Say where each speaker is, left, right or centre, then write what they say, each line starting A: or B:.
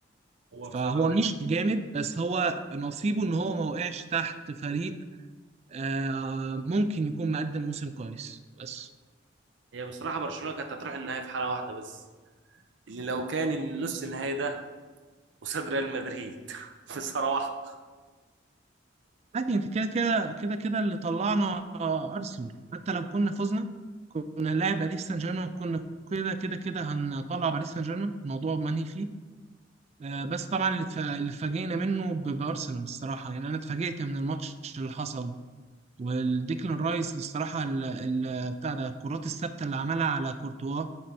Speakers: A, on the right; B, on the right.
A: هو بصراحه
B: فهو مش جامد بس هو نصيبه ان هو ما وقعش تحت فريق آه، ممكن يكون مقدم موسم كويس بس
A: هي بصراحه برشلونه كانت هتروح النهائي في حاله واحده بس اللي لو كان النص النهائي ده قصاد ريال مدريد <laughs> في صراحه
B: عادي انت كده كده كده كده اللي طلعنا آه، ارسنال حتى لو كنا فزنا كنا لاعب باريس سان جيرمان كنا كده كده كده هنطلع باريس سان جيرمان الموضوع ماني فيه آه، بس طبعا اللي اتف- اللي اتفاجئنا منه ب- بارسنال الصراحه يعني انا اتفاجئت من الماتش اللي حصل والديكلان رايس الصراحه ال- ال- بتاع ده الكرات الثابته اللي عملها على كورتوا